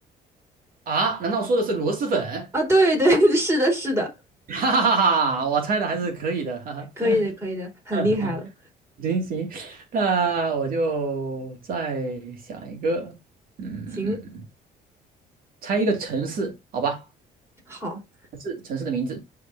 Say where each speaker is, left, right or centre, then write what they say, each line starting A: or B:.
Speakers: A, on the right (about 55°); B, on the right (about 15°).
A: 啊？难道说的是螺蛳粉？
B: 啊，对对，<laughs> 是的，是的。
A: <laughs> 哈哈哈哈，我猜的还是可以的，<laughs> 哈哈。
B: 可以的，可以的，很厉害了。
A: <laughs> 行行，那我就再想一个，嗯，
B: 行，
A: 猜一个城市，好吧？
B: 好
A: 是城市城市的名字。